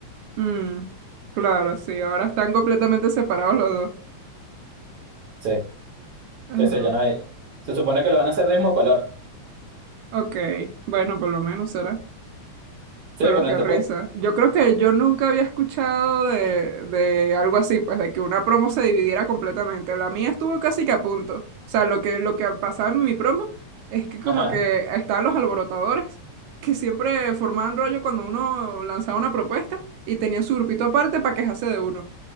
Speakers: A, on the right (about 80°); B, on the right (about 65°).
A: Mm, claro, sí. Ahora están completamente separados los dos.
B: Sí,
A: Ay,
B: sí,
A: no.
B: sí, ya no hay. Se supone que lo van a hacer del mismo color.
A: Ok. Bueno, por lo menos será.
B: Sí,
A: Pero
B: pero en
A: qué
B: este
A: risa.
B: punto.
A: Yo creo que yo nunca había escuchado de, de algo así, pues de que una promo se dividiera completamente. La mía estuvo casi que a punto. O sea, lo que, lo que pasaba en mi promo es que como
B: Ajá.
A: que estaban los alborotadores, que siempre formaban rollo cuando uno lanzaba una propuesta y tenían su grupito aparte para quejarse de uno.